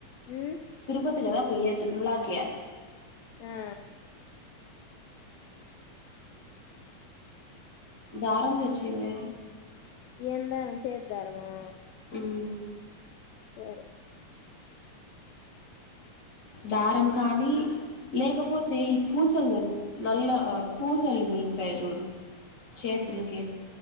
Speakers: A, on the left (about 70°); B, on the left (about 35°).
A: ఉమ్
B: తిరుపతి లేదా పో వచి తిరుమలకి
A: ఆ
B: దారం తే చిమే
A: ఏం దారం చేతి దారం ఆ
B: మమ్
A: సరే
B: దారం కానీ లేకపోతే ఈ పూసలు దొరుకు నల్ల పూసలు దొరుకుతాయి చూడు చేతులకేస్